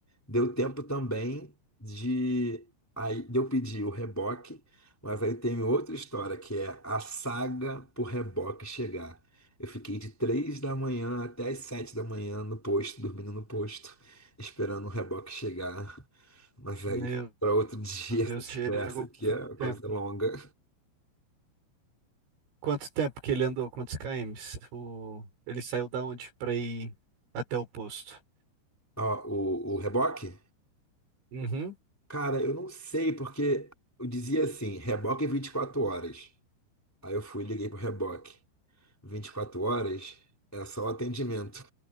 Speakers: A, in the centre; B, on the right.
A: deu tempo também de. Aí de eu pedir o reboque, mas aí tem outra história que é a saga pro reboque chegar. Eu fiquei de três da manhã até as sete da manhã no posto, dormindo no posto, esperando o reboque chegar. Mas aí
B: Meu
A: fica para outro <laughs> dia
B: Deus,
A: essa
B: ele
A: conversa
B: pegou
A: que
B: muito
A: é uma
B: tempo.
A: coisa longa.
B: Quanto tempo que ele andou? Quantos km? O... Ele saiu da onde pra ir até o posto?
A: Ó, o, o reboque?
B: Uhum.
A: Cara, eu não sei, porque eu dizia assim, reboque é 24 horas. Aí eu fui e liguei pro reboque. vinte e quatro horas é só o atendimento